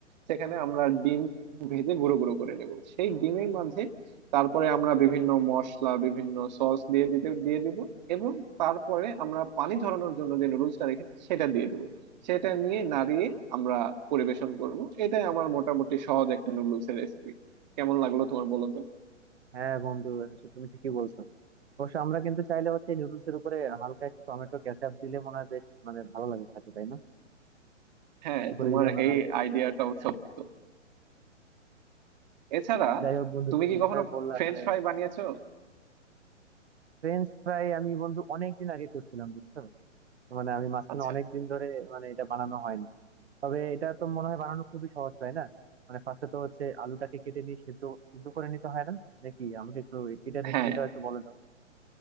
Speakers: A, on the right (about 35°); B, on the right (about 60°).
A: সেখানে আমরা ডিম ভেজে গুঁড়ো গুঁড়ো করে নেব সেই ডিমের মাঝে তারপরে আমরা বিভিন্ন মশলা বিভিন্ন সস দিয়ে দিতে দিয়ে দিব এবং তারপরে আমরা পানি ঝরানোর জন্য যে নুডলসটা রেখেছি সেটা দিয়ে দিব সেটা নিয়ে নাড়িয়ে আমরা পরিবেশন করব এটাই আমার মোটামুটি সহজ একটা নুডলসের রেসিপি কেমন লাগলো তোমার বলো তো
B: হ্যাঁ বন্ধু আসলে তুমি ঠিকই বলছো অবশ্য আমরা কিন্তু চাইলে হচ্ছে নুডলস এর উপরে হালকা একটু টমেটো কেচাপ দিলে মনে হয় বেশ মানে ভালো লাগে খেতে তাই না
A: হ্যাঁ
B: উপরে
A: তোমার
B: যদি আমরা
A: এই
B: হালকা একটু
A: আইডিয়াটাও
B: কেচাপ
A: সত্য এছাড়া
B: যাই হোক বন্ধু
A: তুমি
B: তুমি
A: কি
B: যেভাবে
A: কখনো
B: বললে
A: ফ্রেঞ্চ
B: আসলে
A: ফ্রাই বানিয়েছো
B: ফ্রেঞ্চ ফ্রাই আমি বন্ধু অনেকদিন আগে করছিলাম বুঝছো তো মানে আমি মাঝখানে
A: আচ্ছা
B: অনেকদিন ধরে মানে এটা বানানো হয়নি তবে এটা তো মনে হয় বানানো খুবই সহজ তাই না মানে ফার্স্টে তো হচ্ছে আলুটাকে কেটে নিয়ে সিদ্ধ সিদ্ধ করে নিতে হয় না নাকি আমাকে একটু এটা রেসিপিটা
A: হ্যাঁ
B: একটু বলে দাও